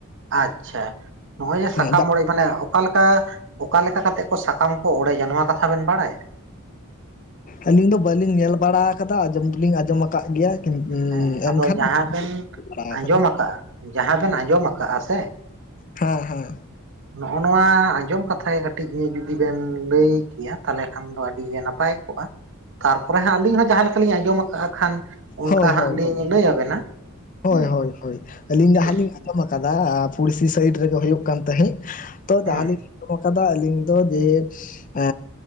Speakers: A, on the right; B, on the left.
A: ᱟᱪᱪᱷᱟ ᱱᱚᱜ-ᱚᱭ ᱡᱮ
B: ᱦᱮᱸ
A: ᱥᱟᱠᱟᱢ ᱚᱲᱮᱡ ᱢᱟᱱᱮ ᱚᱠᱟᱞᱮᱠᱟ ᱚᱠᱟ ᱞᱮᱠᱟ ᱠᱟᱛᱮᱜ ᱠᱚ ᱥᱟᱠᱟᱢ ᱠᱚ ᱚᱲᱮᱡ ᱟ ᱱᱚᱣᱟ ᱠᱟᱛᱷᱟ ᱵᱮᱱ ᱵᱟᱲᱟᱭᱟ?
B: ᱟᱹᱞᱤᱧ ᱫᱚ ᱵᱟᱹᱞᱤᱧ ᱧᱮᱞ ᱵᱟᱲᱟ ᱠᱟᱫᱟ ᱟᱸᱡᱚᱢ ᱫᱚᱞᱤᱧ ᱟᱸᱡᱚᱢᱟ ᱠᱟᱜ ᱜᱮᱭᱟ᱾
A: ᱦᱮᱸ
B: ᱮᱱᱠᱷᱟᱱ
A: ᱟᱫᱚ ᱡᱟᱦᱟᱸ ᱵᱮᱱ
B: ᱵᱟᱲᱟ
A: ᱟᱸᱡᱚᱢ
B: ᱟᱠᱟᱫᱟ
A: ᱠᱟᱜ-ᱟ ᱡᱟᱦᱟᱸ ᱵᱮᱱ ᱟᱸᱡᱚᱢ ᱟᱠᱟᱜ-ᱟ ᱥᱮ
B: ᱦᱮᱸ ᱦᱮᱸ
A: ᱱᱚᱜ ᱱᱚᱣᱟ ᱟᱸᱡᱚᱢ ᱠᱟᱛᱷᱟ ᱜᱮ ᱠᱟᱹᱴᱤᱡ ᱤᱧᱟᱹᱜ ᱡᱩᱫᱤ ᱵᱮᱱ ᱞᱟᱹᱭ ᱠᱮᱭᱟ ᱛᱟᱦᱚᱞᱮ ᱠᱷᱟᱱ ᱫᱚ ᱟᱹᱰᱤ ᱜᱮ ᱱᱟᱯᱟᱭ ᱛᱟᱨᱯᱚᱨᱮ ᱦᱟᱸᱜ ᱟᱹᱞᱤᱧ ᱦᱚᱸ ᱡᱟᱦᱟᱸ ᱞᱮᱠᱟᱞᱤᱧ ᱟᱸᱡᱚᱢ ᱠᱟᱜ-ᱟ ᱠᱷᱟᱱ᱾ ᱚᱱᱠᱟ
B: ᱦᱳᱭ ᱦᱳᱭ
A: ᱦᱟᱸᱜ ᱞᱤᱧ
B: ᱦᱳᱭ
A: ᱞᱟᱹᱭ ᱟᱵᱮᱱᱟ ᱦᱮᱸ
B: ᱦᱳᱭ ᱦᱳᱭ ᱟᱹᱞᱤᱧ
A: ᱴᱷᱤᱠ
B: ᱡᱟᱦᱟᱸ ᱞᱤᱧ ᱟᱸᱡᱚᱢ ᱠᱟᱫᱟ ᱯᱩᱲᱥᱤ ᱥᱟᱭᱤᱰ ᱨᱮᱜᱮ ᱦᱩᱭᱩᱜ ᱠᱟᱱ ᱛᱟᱦᱮᱸᱫ ᱛᱚ
A: ᱦᱮᱸ
B: ᱡᱟᱦᱟ ᱞᱤᱧ ᱟᱸᱡᱚᱢ ᱠᱟᱫᱟ ᱟᱹᱞᱤᱧ ᱫᱚ ᱡᱮ ᱮ